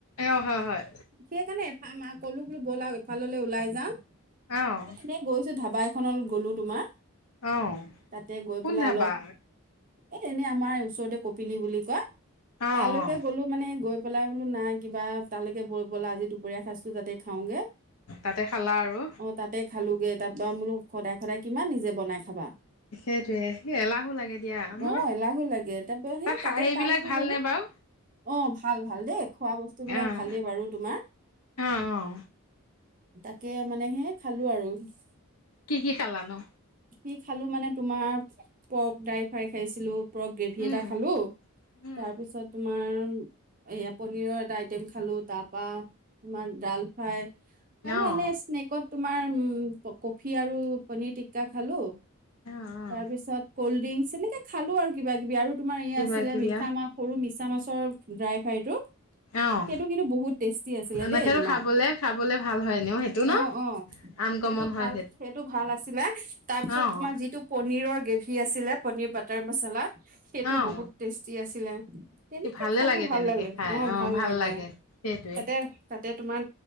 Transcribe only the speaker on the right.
সেইকাৰণে এফাল কলো বুলি বলা আৰু এফাললে ওলাই যাওঁ।
এ, এনেই গৈছো ধাবা এখনত গ'লো তোমাৰ
তাতে গৈ
পেলাই
অলপ এ, এনেই আমাৰ ওচৰতে কপিলি বুলি কয়,
তালৈকে
গ'লো মানে গৈ পেলাই বোলো নাই কিবা তালৈকে বলা আজি দুপৰীয়া সজো তাতে খাওঁগে
অ তাতে খালোগে তাৰপৰা বোলো সদায় সদায় কিমান নিজে বনাই খাবা?
অ, এলাহো লাগে তাৰাপা সেই
তাতে
তালৈক
গলো।
অ, ভাল, ভাল দেই খোৱা বস্তু বিলাক
ভাল খালে বাৰু তোমাৰ
তাকে মানে হে খালো আৰু <unintelligible>
কি খালো মানে তোমাৰ পৰ্ক দাইল ফ্ৰাই খাইছিলো পৰ্ক গ্ৰেভি
এটা খালো
তাৰ পিছত তোমাৰ এয়া পনীৰৰ এটা আইটেম খালো খালো তাৰ পৰা তোমাৰ ডাল ফ্ৰাই আৰু
এনে স্নেকত তোমাৰ উম কফি আৰু পনীৰ টিকা খালো
তাৰপিছত কলড্ৰিংকছ তেনেকে খালো আৰু কিবা-কিবি আৰু তোমাৰ ই
আছিলে,
মিছা মাছ সৰু মিছা মাছৰ ড্ৰাইফাৰাই ফাৰাইটো
সেইটো কিন্তু বহুত টেষ্টি আছিলে
দেই তোমাৰ
অ
অ', সেই
সেইটো
ভাল সেইটো ভাল আছিলে তাৰ পিছত
তোমাৰ যিটো পনিৰৰ গ্ৰেভি আছিলে, পনীৰ বাটাৰ মচালা, সেইটো
বহুত টেষ্টি আছিলে। তেনেকে
খালো ভাল
লাগে।
অ'
ভাল লাগে
তাতে তাতে তোমাৰ